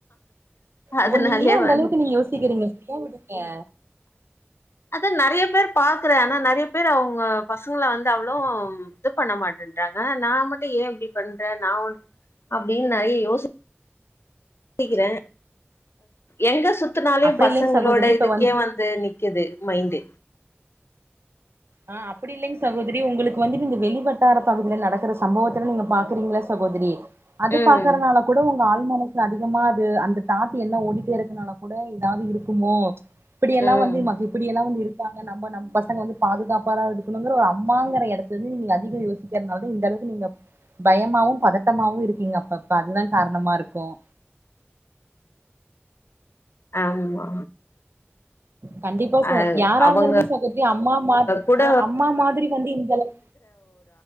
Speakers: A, on the left (about 70°); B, on the right (about 65°).
A: அதனாலயே
B: ஓ நீங்க ஏன் அந்தளவுக்கு
A: வந்து
B: நீங்க யோசிக்கிறீங்க ஃப்ரியா விடுங் க
A: அதான் நெறைய பேரு பாக்குறே ஆனா நெறைய பேர் அவுங்க பசங்கள வந்து அவ்ளோ இது பண்ண மாட்டேன்றாங்க நான் மட்டும் ஏன் இப்டி பண்றேன் நான் அப்டின்னு நெறைய யோசிப் சிக்கிறே எங்க சு சுத்துனாலும்
B: அப்டி
A: பசங்களோட
B: இல்லைங்க சகோதரி இப்ப
A: இதுக்கே வந்து நிக்கிது மைண்டு
B: ஆஹ் அப்டி இல்லைங்க சகோதிரி உங்களுக் கு வந்து நீங்க வெளிவட்டார பகுதில நடக்கிற சம்பவத்துல நீங்க பாக்குறீங்கள்ள சகோதிரி அது
A: ம்
B: பாக்குறனால கூட உங் க ஆழ்மனசுல அதிகமா அது அந்த தாட் என்ன ஓடிட்டே இருக்கனால கூட ஏதாவது இருக்குமோ இப்டியெல்லாம்
A: ம்
B: வந்து இப்படிய எல்லாம் வந்து இருக்காங்க நம்ம நம்ம பசங்க வந்து பாதுகாப்பாரா இருக்கணுங்கற ஒரு அம்மாங்கிற இடத்துல இருந்து நீங்க அதிகம் யோசிக்கிறதுனால தான் இந்த அளவுக்கு நீங்க பயமாவும் பதட்டமாவும் இருக்கீங்க அப்ப அப்ப அதுதான் காரணமா இருக்கும்
A: ஆமா
B: கண்டிப்பா சகோ
A: அ
B: யாரா
A: அவங்க
B: இருந்தாலுமே சகோதரி அம்மா மாதிரி
A: கூட
B: ஆஹ் அம்மா மாதிரி வந்து இந்தளவு